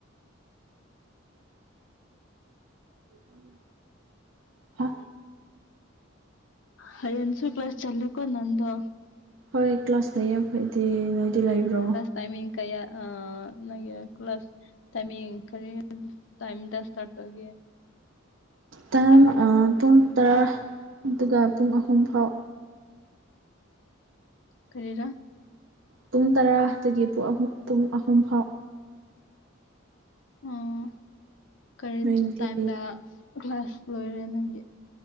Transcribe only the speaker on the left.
ꯍꯌꯦꯡꯁꯨ ꯀ꯭ꯂꯥꯁ ꯆꯠꯂꯦꯀꯣ ꯅꯪꯗꯣ
ꯇꯥꯏꯃꯤ ꯀꯌꯥ ꯑ ꯅꯪꯦ ꯀ꯭ꯂ ꯀ꯭ꯂꯥꯁ ꯇꯥꯏꯃꯤꯡ ꯀꯔꯤ ꯇꯥꯏꯝꯗ ꯁꯇꯥꯔꯠ ꯇꯧꯒꯦ
ꯀꯔꯤꯔꯥ
ꯑꯣ ꯀꯔꯤ
ꯇꯥꯏꯝꯗ ꯀ꯭ꯂꯥꯁ ꯂꯣꯏꯔꯦ ꯅꯪꯒꯤ